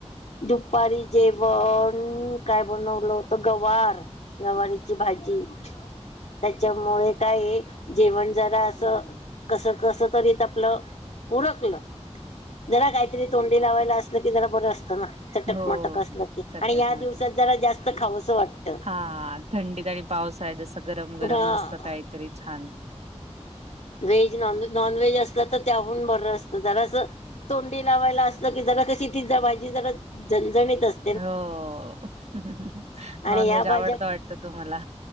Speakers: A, on the left; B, on the right.
A: दुपारी जेवण काय बनवलं होत गवार. गवारीची भाजी. त्याच्यामुळे काय जेवण जरा असं. कस- कस तरीत आपलं उरकलं. जरा काहीतरी तोंडी लावायला असल की जरा बरं असतं ना. चटक
B: हो
A: मटक असलं की
B: चटक
A: आणि या
B: मटक
A: दिवसात जरा जास्त खावसं वाट
B: हा थंडीत आणि पावसाळ्यात आहे जसं गरम- गरम
A: हा
B: मस्त काहीतरी छान.
A: व्हेज, नॉन- नाॅनव्हेज असलं तर त्याहून बरं असतं जरा असं, तोंडी लावायला असल की जरा कशी तीजा भाजी जरा झणझणीत अस
B: हो <inaudible> नॉनव्हेज
A: आणि या भाज्या
B: आवडत वाटत तूम्हाला?